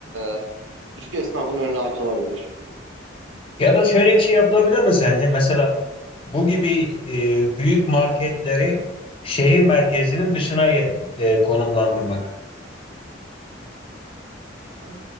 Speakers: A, on the right; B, on the left.
A: e, küçük esnafın önü açılabilir.
B: Ya da şöyle bir şey yapılabilir mi sence? Mesela bu gibi e, büyük marketleri şehir merkezinin dışına e, konumlandırmak.
A: E,